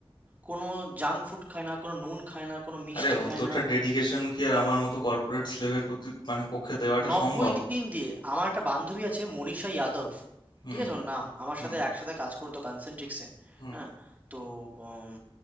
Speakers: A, on the right; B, on the left.
A: কোনো জাঙ্ক ফুড খায় না কোনো নুন খায় না কোনো মিষ্টি
B: আরে অতটা
A: খায় না
B: ডেডিকেশন কি আর আমার মতো কর্পোরেট স্লেভের প্রতি মানে পক্ষে দেওয়াটা
A: নব্বই
B: সম্ভব
A: দিন দিয়ে আমার একটা বান্ধবী আছে মনীষা যাদব
B: হুম
A: ঠিক আছে ওর নাম আমার
B: হুম
A: সাথে একসাথে কাজ করতো কনসেন্ট্রিক্সে
B: হুম
A: হ্যাঁ তো উম,